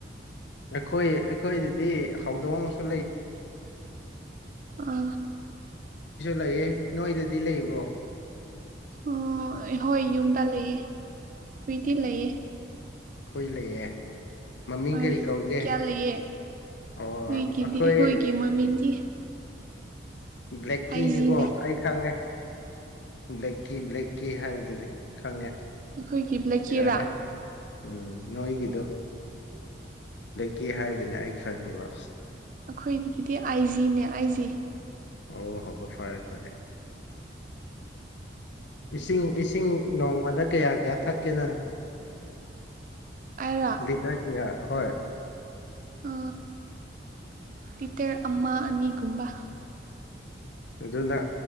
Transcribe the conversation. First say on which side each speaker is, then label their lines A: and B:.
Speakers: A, on the left; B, on the right.
A: ꯑꯩꯈꯣꯏ ꯑꯩꯈꯣꯏꯗꯗꯤ ꯍꯧꯗꯣꯡ ꯍꯨꯏꯁꯨ
B: ꯑꯥ
A: ꯂꯩꯑ ꯅꯣꯏꯗ ꯂꯩ ꯕ꯭ꯔꯣ
B: ꯎ ꯍꯣꯏ ꯌꯨꯝꯗ ꯂꯩꯑ ꯍꯨꯏꯗꯤ ꯂꯩꯌꯦ
A: ꯍꯏ ꯂꯩꯌꯦꯦ ꯃꯃꯤꯡ
B: ꯍꯣꯏ
A: ꯀꯔꯤ ꯀꯧꯒꯦ
B: ꯀꯌꯥ ꯂꯩꯌꯦ
A: ꯑꯣ
B: ꯍꯨꯏꯒꯤꯗꯤ
A: ꯑꯩꯈꯣꯏ
B: ꯑꯩꯈꯣꯏꯒꯤ ꯃꯃꯤꯡꯗꯤ
A: ꯕ꯭ꯂꯦꯛꯀꯤꯅꯤꯀꯣ
B: ꯑꯥꯏꯖꯤꯅꯦ
A: ꯑꯩ ꯈꯪꯉꯦ ꯕ꯭ꯂꯦꯛꯀꯤꯤ ꯕ꯭ꯂꯦꯛꯀꯤꯤ ꯍꯥꯏꯕꯗꯨꯗꯤ ꯈꯪꯉꯦ
B: ꯑꯩꯈꯣꯏꯒꯤ ꯂꯩꯀꯦꯔꯥ
A: ꯌꯥꯔꯦ ꯎꯝ ꯅꯣꯏꯒꯤꯗꯣ ꯀꯤ ꯍꯥꯏꯕꯅꯦ ꯑꯩ ꯈꯪꯉꯦꯕ
B: ꯑꯩꯈꯣꯏꯒꯤꯗꯤ ꯑꯥꯏ ꯖꯤꯅꯦ ꯑꯥꯏ ꯖꯤ
A: ꯑꯣ ꯍꯣ ꯍꯣ ꯐꯔꯦ ꯐꯔꯦ ꯏꯁꯤꯡ ꯏꯁꯤꯡ ꯅꯣꯡꯃꯗ ꯀꯌꯥ ꯀꯌꯥ ꯊꯛꯀꯦꯅ
B: ꯑꯩꯔꯥ
A: ꯂꯤꯇ ꯀꯌꯥ ꯍꯣꯏ
B: ꯑ ꯂꯤꯇꯔ ꯑꯃ ꯑꯅꯤꯒꯨꯝꯕ
A: ꯑꯗꯨꯅ